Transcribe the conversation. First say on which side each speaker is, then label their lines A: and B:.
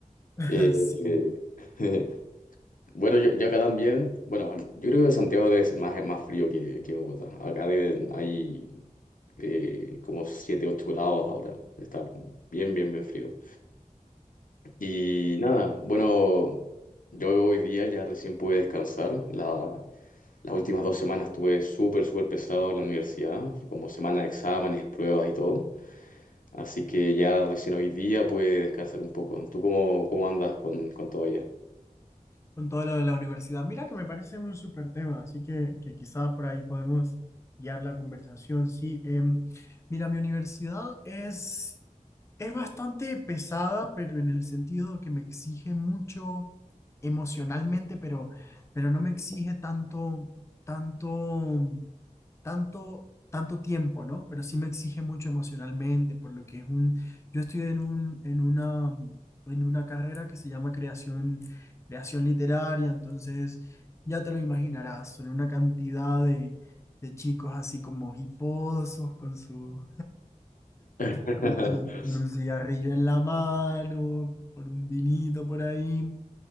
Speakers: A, on the left (about 20°); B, on the left (about 75°).
A: <laughs>
B: Eh,
A: Sí.
B: eh, <laughs> bueno, yo, yo acá también, bueno, yo creo que Santiago debe ser más, más frío que, que Bogotá. Acá deben, hay eh, como 7 8 grados ahora, está bien, bien, bien frío. Y nada, bueno, yo hoy día ya recién pude descansar, la, Las últimas dos semanas estuve súper, súper pesado en la universidad, fue como semana de exámenes, pruebas y todo. Así que ya recién hoy día pude descansar un poco. ¿Tú cómo, cómo andas con, con todo allá?
A: Con todo lo de la universidad. Mira que me parece un súper tema, así que, que quizá por ahí podemos guiar la conversación. Sí, em, mira, mi universidad es, es bastante pesada, pero en el sentido que me exige mucho emocionalmente, pero, pero no me exige tanto, tanto. tanto, tanto tiempo, ¿no? Pero sí me exige mucho emocionalmente, por lo que es un, yo estoy en un, en una, en una carrera que se llama creación, creación literaria, entonces ya te lo imaginarás, son una cantidad de, de chicos así como hiposos, con su,
B: <laughs>
A: con su- con un cigarrillo en la mano, con un vinito por ahí.